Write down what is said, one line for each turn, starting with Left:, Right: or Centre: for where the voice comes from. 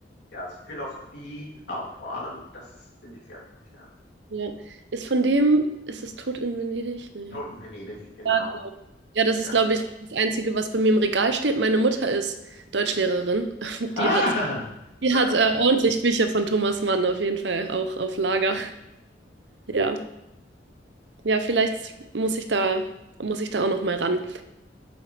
Left: ja, so Philosophie auch vor allem. Das ist, finde ich sehr gut, ja.
Right: ja. Ist von dem, ist es Tod in Venedig? Nee.
Left: Toten Venedig, genau.
Right: Ja, genau. Ja, das
Left: Ja.
Right: ist, glaube ich, das Einzige, was bei mir im Regal steht. Meine Mutter ist Deutschlehrerin. <laughs>
Left: Ah,
Right: Die hat Die
Left: <laughs> schön.
Right: hat äh, ordentlich Bücher von Thomas Mann auf jeden Fall auch auf Lager. Ja, ja, vielleicht muss ich da muss ich da auch noch mal ran.